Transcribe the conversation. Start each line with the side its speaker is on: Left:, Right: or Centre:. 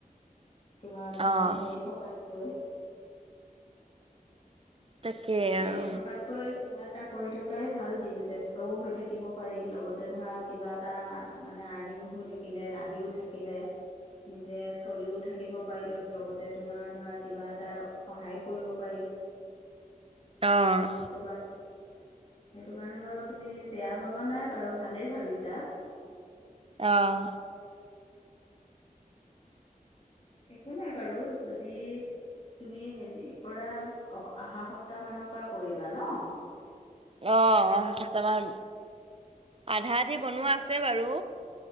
Left: তোমাৰ ধৰা
Right: অ',
Left: এনেই থকাতকৈ।
Right: তাকেই আৰু
Left: এনে থকাতকৈ কিবা। এটা কৰি থকাই ভাল ব্যস্তও হৈ থাকিব পাৰি লগতে ধৰা কিবা এটা মানেই। এনেকৈ শুই থাকিলে নিজে চলিও থাকিব পাৰিব। লগতে তোমাৰ ধৰা কিবা এটা সহায়ো কৰিব পাৰি।
Right: অ'।
Left: সেইটো কাৰণে। সেইটো কাৰণে বাৰু তুমি বেয়া ভবা নাই বাৰু ভালেই ভাবিছা।
Right: আহ
Left: একো নাই বাৰু যদি। তুমি হেৰি কৰা অ অহা সপ্তাহ মানৰ পৰা কৰিবা ন।
Right: অ সটামান আধা আধি বনোৱা আছে বাৰু।